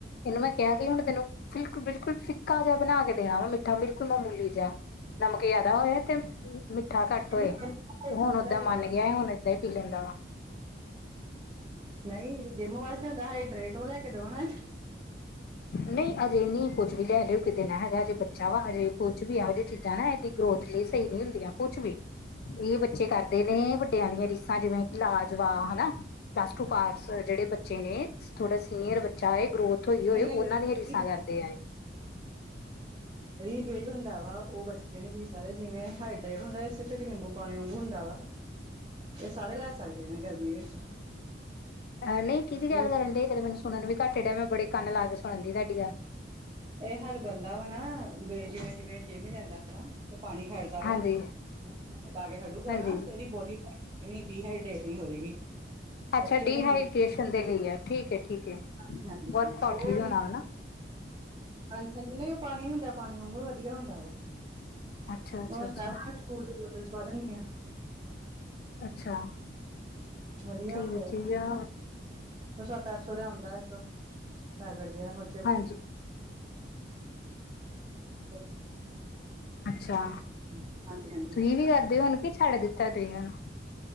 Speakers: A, on the left; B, on the right.
A: ਏਨੂੰ ਮੈਂ ਕਿਆ ਕਿ ਹੁਣ ਤੈਨੂੰ ਬਿਲਕੁਲ, ਬਿਲਕੁਲ ਫਿੱਕਾ ਜਿਹਾ ਬਣਾ ਕੇ ਦੇਣਾ ਵਾ ਮਿੱਠਾ ਬਿਲਕੁਲ ਮਾਮੂਲੀ ਜਿਆ। ਨਮਕ ਜਿਆਦਾ ਹੋਏ ਤੇ ਮਿ ਮਿੱਠਾ ਘੱਟ ਹੋਏ
B: ਲੈ
A: ਹੁਣ ਔਦਾਂ
B: ਕੇ ਦੋ
A: ਮੰਨ
B: ਨਾ
A: ਗਿਐ। ਐ ਹੁਣ ਏਦਾਂ ਈ ਪੀ ਲੈਂਦਾ ਵਾ।
B: ਨਈ ਜੋ ਜਿਮ ਵਾਸਤੇ ਹੁੰਦੈ <unintelligible> ਟਰੇ-ਟਰੂ ਲੈ ਕੇ ਦਵੋ ਨਾ ਏਨੂੰ
A: ਨਈ ਅਜੇ ਨੀ ਕੁੱਝ ਵੀ ਲੈ ਦਿਓ ਕੇ ਦੇਨਾ ਹੈਗੈ, ਹਜੇ ਬੱਚਾ ਵਾ ਅਜੇ ਕੁੱਝ ਵੀ ਐਹੋ ਜਿ ਚੀਜ਼ਾਂ ਨਾ ਐਦੀ ਗਰੋਥ ਲਈ ਸਈ ਨਈ ਹੁੰਦੀਆਂ ਕੁਛ ਵੀ ਇਯੋ ਬੱਚੇ ਕਰਦੇ ਨੇ ਵੱਡਿਆਂ ਦੀਆਂ ਰੀਸਾਂ ਜਿਵੇਂ ਕਿ ਲਾ ਜਵਾ ਹੈ ਨਾ। ਪਲੱਸ ਟੂ ਪਾਸ ਜੇੜੇ ਬੱਚੇ ਨੇ ਥੋੜ੍ਹਾ ਸੀਨੀਅਰ ਬੱਚਾ ਏ, ਗਰੋਥ ਹੋਜੇ, ਹੋਏ
B: ਨਹੀਂ ਦੀਦੀ
A: ਔਨਾਂ ਦੀਆ ਰੀਸਾਂ ਕਰਦੇ ਐ ਏ।
B: ਰੀਬਿਲਡ ਹੁੰਦਾ ਵਾ, ਔ ਬੱਚੇ ਨਹੀਂ ਪੀ ਸਕਦੇ ਜਿਵੇਂ ਹਾਈਡਰੇਟ ਹੁੰਦੈ, ਸਿਰਫ ਇੱਕ ਨਿੰਬੂ ਪਾਣੀ ਵਾਂਗੂ ਹੁੰਦਾ ਵਾ। ਐ ਸਾਰੇ ਲੈ ਸਕਦੇ ਨੇ ਗਰਮੀ ਵਿੱਚ।
A: ਐ ਨਈ ਕਿਦੀ
B: ਇਹ
A: ਗੱਲ ਕਰਨ ਡੇ ਕਦੇ ਮੈਨੂੰ ਸੁਣਨ ਨੂੰ ਵੀ ਘੱਟ ਡਿਆ। ਮੈਂ ਬੜੇ ਕੰਨ ਲਾ ਕੇ ਸੁਣਨ ਦੀ ਤਾਡੀ ਗੱਲ।
B: ਏ ਹਰ ਬੰਦਾ ਔ ਨਾ ਬੇ ਜਿਵੇਂ-ਜਿਵੇਂ ਜਿਮ ਜਾਂਦਾ ਹੈ ਨਾ ਤੇ ਪਾਣੀ ਖੜਦਾ ਵਾ,
A: ਹਾਂਜੀ
B: <inaudible> ਪਾ ਕੇ ਖੜੂਗਾ
A: ਹਾਂਜੀ
B: ਨਾ ਤੇਰੀ ਬੋਡੀ ਏਨੀ ਡੀਹਾਈਡਰੇੇਟ ਨੀ ਹੋਏਗੀ।
A: ਅੱਛਾ
B: ਉੱਥੇ
A: ਡੀਹਾਈਡੇਸ਼ਨ
B: ਉਹਨੂੰ
A: ਦੇ ਲਈ ਆ ਠੀਕ ਏ, ਠੀਕ ਹੈ
B: ਹਾਂਜੀ-ਹਾਂਜੀ
A: ਵਰਕਆਊਟ
B: ਔ
A: ਲਈ ਹੋਣਾ
B: ਨੀ
A: ਹਨਾ
B: ਹਾਂਜੀ-ਹਾਂਜੀ ਨਈ ਔ ਪਾਣੀ ਹੁੰਦੈ, ਪਾਣੀ ਵਾਂਗੂ ਵਧੀਆ ਹੁੰਦੈ ਵਾ। <unintelligible>
A: ਅੱਛਾ ਅੱਛਾ
B: ਕੁਛ
A: ਅੱਛਾ
B: ਸਕੂਲ ਬੋਟਲ 'ਚ ਪਾ ਦੇਂਨੀ ਆ।
A: ਅੱਛਾ
B: ਵਧੀਆ
A: ਠੀਕ
B: ਹੁੰਦਾ
A: ਹੈ ਠੀਕ ਆ
B: ਉਹ ਸੱਤ ਅੱਠ ਸੌ ਦਾ ਆਉਂਦਾ ਇੱਕ ਪੈਕਟ ਜਿਹਾ ਹ
A: ਹਾਂਜੀ
B: <unintelligible>
A: ਅੱਛਾ
B: ਹਾਂਜੀ-ਹਾਂਜੀ
A: ਤੁਸੀਂ ਵੀ ਕਰਦੇ ਹੋਨ ਕਿ ਛੱਡ ਦਿੱ <unintelligible>